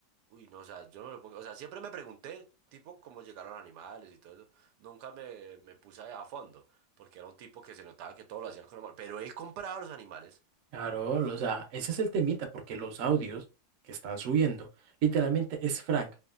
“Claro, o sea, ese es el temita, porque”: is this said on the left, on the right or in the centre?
Right